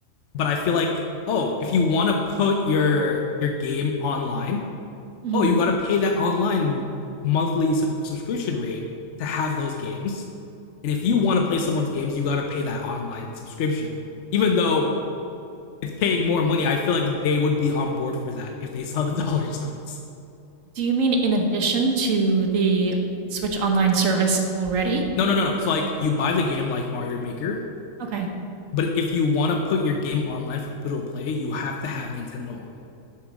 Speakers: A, on the left (about 65°); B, on the right (about 75°).
A: but I feel like, oh, if you want to put your your game online,
B: hmm
A: oh, you got to pay that online monthly sub- subscription rate to have those games. And if you want to play someone's games, you got to pay that online subscription. Even though it's paying more money, I feel like they would be on board for that if they saw the <laughs> dollar signs.
B: Do you mean in addition to the Switch Online service already?
A: No, no, no, no. So like you buy the game like Mario Maker,
B: Okay.
A: but if you want to put your game online for people to play, you have to have Nintendo online.